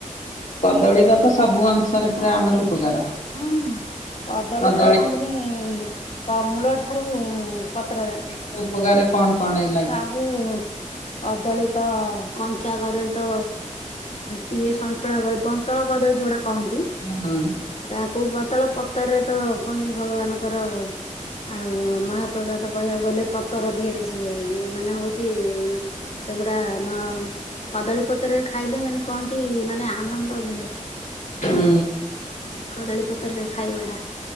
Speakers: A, on the left; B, on the left.
A: କଦଳୀର ତ ସବୁ ଅଂଶରେ ପୁରା ଆମର ଉପକାର। <inaudible>
B: ହୁଁ କଦଳୀରେ
A: କଦଳୀ
B: ତ କହନ୍ତିନି ପ ମୂଳ ଠାରୁ ପତ୍ର ଯାଙ୍କେ
A: <inaudible> କଣ-କଣ <unintelligible>
B: ସବୁ କଦଳୀ ତ, କଞ୍ଚା କଦଳୀ ତ କିଏ ସନ୍ତୁଳା ବନ୍ତଳା କଦଳୀ ଯୋଉଟା କହନ୍ତି।
A: ହୁଁ
B: ତାକୁ <unintelligible> ପତର ରେ ତ କଣ ଭଗବାନଙ୍କର ଆଉ ମହାପ୍ରସାଦ କହିବାକୁ ଗଲେ ପତର ଧୀଏରେ ଇଏ-ଇଏ ମାନେ ହଉଚି ସେଗୁଡା ଆମ କଦଳୀ ପତ୍ରରେ ଖାଇଲେ କହନ୍ତି ମାନେ ଆନନ୍ଦ ମିଳେ।
A: ହୁଁ।
B: କଦଳୀ ପତର ରେ ଖାଇବା ଟା